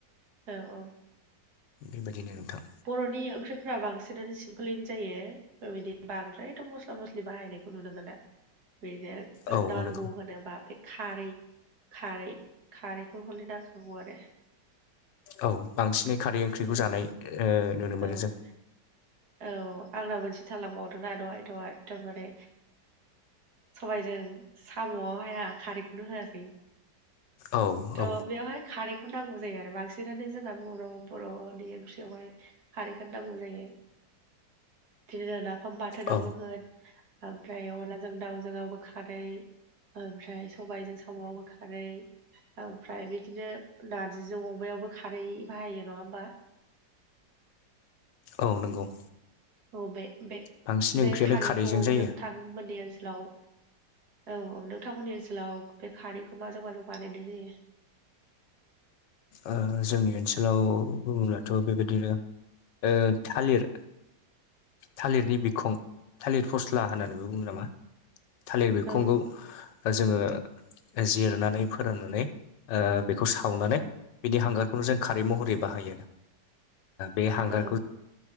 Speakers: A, on the right; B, on the left.
A: औ -औ।
B: बेबायदिनो नोंथां
A: बर'नि ओंख्रिफोरा बांसिनानो सिमपोलैनो जायो। ओ बेबायदि बांद्रायथ' मस्ला मस्लि बाहायनायखौ नुनो मोना। बेनो
B: औ
A: नांगौ
B: नंगौ
A: होनोबा बे खारै खारै खारैखौ हले नांखागौ आरो
B: औ बांसिनै खारै ओंख्रिखौ
A: औ
B: जानाय नुनो मोनो
A: औ
B: जों
A: औ आंना मोनसे थालांबावदोंना दहाय आ दहाय एदमबारे सबायजों सामआव हाया खारैखौनो होआसै
B: औ
A: त
B: औ
A: बियावहाय खारैखौ नांगौ जायो आरो बांसिनानो जोंना बर' बरनि ओंख्रियावहाय खारैखौ नांगौ जायो। बिदिनो नाफाम बाथोनावबो
B: औ
A: होन ओमफ्राय अनदलाजों दाउजोंआव बो खारै ओमफ्राय सबायाइजों सामआवबो खारै ओमफ्राय बिदिनो नारजिजों अमायावबो खारै बाहायो नंङा होमबा।
B: औ नंगौ।
A: औ बे बे
B: बांसिन ओंख्रियानो
A: बे खारैखौ
B: खारैजों जायो
A: नोंथां मोननि ओनसोलाव औ औ नोंथांमोननि ओनसोलाव बे खारैखौ माजों माजों बानायनाय जायो?
B: ओ जोंनि ओनसोलाव बुङोब्लाथ बेबायदिनो ओ थालिर थालिरनि बिखुं थालिर फस्ला होननानै बुङो। बुं नामा थालिर बिखंखौ
A: औ
B: जोंङो जिरनानै फोराननानै ओ बेखौ सावनानै बिदि हांगारखौनो जों खारै महरै बाहायो बे हांगारखौ
A: औ